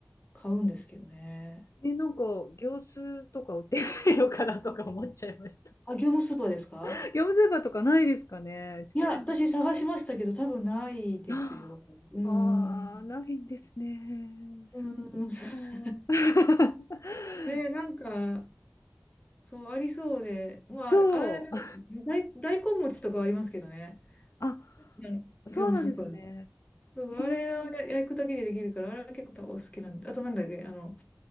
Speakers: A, on the left; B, on the left.
A: 買うんですけどね。
B: え、なんか、業スーとか売ってないのかなとか思っちゃいました。
A: あ、業務スーパーですか
B: <laughs> 業務スーパーとかないですかね。ちょっとこ、
A: いや、私探しましたけど、多分ないですよ。
B: <gasps> ああー、
A: うーん。
B: ないんですね。
A: うーん。
B: そっか。
A: <laughs>
B: <laughs>
A: ねえ、なんか、そう、ありそうで、まあ、
B: そう。
A: あれ、大、大根餅とかはありますけどね。
B: あ、
A: あの業務スーパーで。
B: そうなんですね。
A: そうそう、
B: えー、
A: あれをや焼くだけでできるから、あれは結構多分お好きなんで。あとなんだっけ、あの、